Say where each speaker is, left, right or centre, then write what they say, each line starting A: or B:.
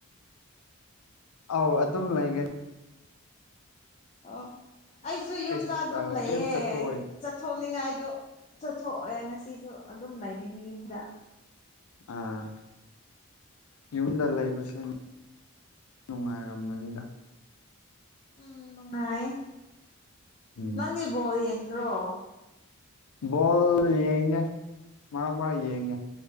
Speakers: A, on the left; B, on the left.
A: ꯑꯥꯎ ꯑꯗꯨꯝ ꯂꯩꯒꯅꯤ
B: ꯑꯣ ꯑꯩꯁꯨ ꯌꯨꯝꯗ
A: ꯀꯩꯁ
B: ꯑꯗꯨꯝ
A: ꯑ
B: ꯂꯩꯌꯦ
A: ꯀꯩꯝ ꯆꯠꯊꯣꯛꯑꯣꯏ
B: ꯆꯠꯊꯣꯛꯅꯤꯡꯉꯥꯏ ꯑ ꯆꯠꯊꯣꯛꯑꯦ ꯉꯁꯤꯁꯨ ꯑꯗꯨꯝ ꯂꯩꯒꯅꯤ ꯌꯨꯝꯗ
A: ꯑꯥ ꯌꯨꯝꯗ ꯂꯩꯕꯁꯤꯟ ꯅꯨꯡꯉꯥꯏꯔꯝꯒꯅꯤꯗ
B: ꯎꯝ ꯅꯨꯡꯉꯥꯏ
A: ꯎꯝ
B: ꯅꯪꯗꯤꯕꯣ ꯌꯦꯡꯗ꯭ꯔꯣ
A: ꯕꯣꯜ ꯌꯦꯒꯦ ꯃꯥ ꯃꯥ ꯌꯦꯡꯉꯦ